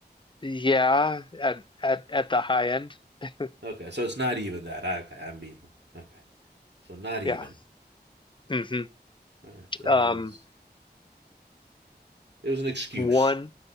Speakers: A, on the left; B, on the right.
A: Yeah, at at at the high end. <laughs>
B: Okay, so it's not even that. I, okay, I mean, okay, so not even.
A: Yeah. hmm
B: Right. So
A: Um,
B: it was it was an excuse.
A: one,